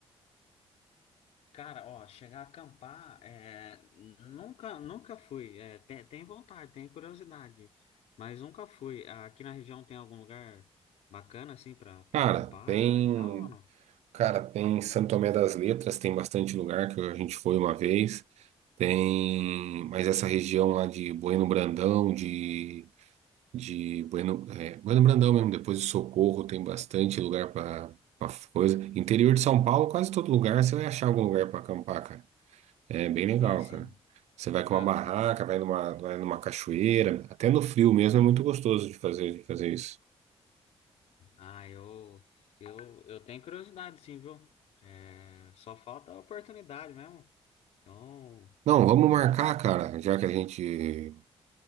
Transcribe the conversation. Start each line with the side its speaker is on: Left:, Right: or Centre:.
Left: Cara, ó, chegar a acampar, é, nunca, nunca fui. É, te- tem, vontade, tem curiosidade, mas nunca fui. Aqui na região tem algum lugar bacana assim para para
Right: Cara,
Left: acampar
Right: tem,
Left: e tal, ou não?
Right: cara, tem Santo Tomé das Letras, tem bastante lugar que a gente foi uma vez. Tem, mas essa região lá de Bueno Brandão, de de Bueno, é, Bueno Brandão mesmo, depois de Socorro, tem bastante lugar para coisa. Interior de São Paulo, quase todo lugar você vai achar algum lugar para acampar, cara. É bem legal,
Left: Sim, sim.
Right: cara. Você vai com
Left: Aham.
Right: uma barraca, vai numa, vai numa cachoeira, até no frio mesmo é muito gostoso de fazer, de fazer isso.
Left: Ah, eu, eu, eu tenho curiosidade, sim, viu? É, só falta a oportunidade mesmo. Então,
Right: Não, vamos
Left: é,
Right: marcar, cara, já que a gente,